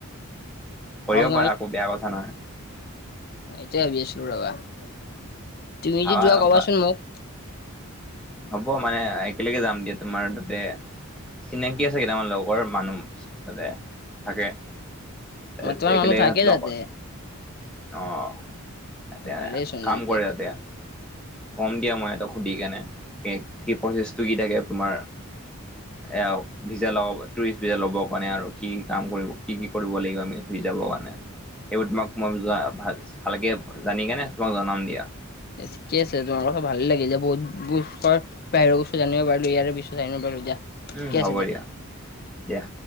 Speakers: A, in the centre; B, on the left.
A: কৰিব
B: সহজ
A: পাৰা আকৌ বেয়া কথা নহয়
B: এইটোৱেই ভাবি আছিলোঁ ৰবা তুমি
A: ভাবা
B: যদি যোৱা কবাচোন মোক
A: হ'ব মানে একেলগে যাম দিয়া তোমাৰ তাতে চিনাকি আছে কেইটামান লগৰ মানুহ তাতে থাকে এতেকলে
B: তোমাৰ মানুহ থাকে
A: ঘাত ল
B: তাতে
A: ক <unintelligible> অ সেতে
B: ভালেইচোন
A: কাম
B: তেন্তে।
A: কৰে এতিয়া। কম দিয়া মই ইহঁতক সুধি কেনে কি প্ৰচেছটো কি থাকে তোমাৰ এয়া অফিচেল হওক টুৰিষ্ট ভিজা ল'বৰ কাৰণে আৰু কি কাম কৰিব কি -কি কৰিব লাগিব আমি ঘূৰি যাবৰ কাৰণে। সেইবোৰ তোমাক <unintelligible> ভালকে জানি কেনে তোমাক জনাম দিয়া।
B: এ ঠিকে আছে তোমাৰ কথা ভালে লাগে যে বহুত বাহিৰৰ বস্তু জানিব পাৰিলোঁ ইয়াৰে বস্তু জানিব পাৰিলো দিয়া।
A: উম,
B: ঠিকে
A: হ'ব
B: আছে
A: দিয়া -দিয়া।